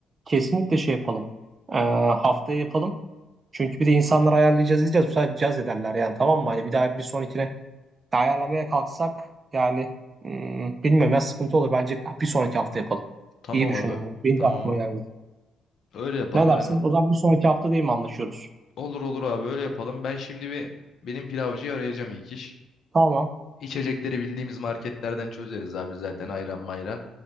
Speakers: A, on the right; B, on the left.
A: kesinlikle şey yapalım. Ee, haftaya yapalım. Çünkü bir de insanları ayarlayacağız diyeceğiz. Bu sefer caz ederler yani tamam mı? Hani bir daha bir sonrakine ayarlamaya kalksak yani hmm, bilmiyorum ya sıkıntı olur. Bence bir sonraki hafta yapalım.
B: Tamam
A: İyi düşündüm
B: abi.
A: bunu. Benim
B: Tamam
A: de aklıma
B: abi.
A: geldi.
B: Öyle yapalım
A: Ne dersin?
B: ben.
A: O zaman bir sonraki hafta değil mi anlaşıyoruz?
B: Olur olur abi öyle yapalım. Ben şimdi bir benim pilavcıyı arayacağım ilk iş.
A: Tamam.
B: İçecekleri bildiğimiz marketlerden çözeriz abi zaten ayran mayran.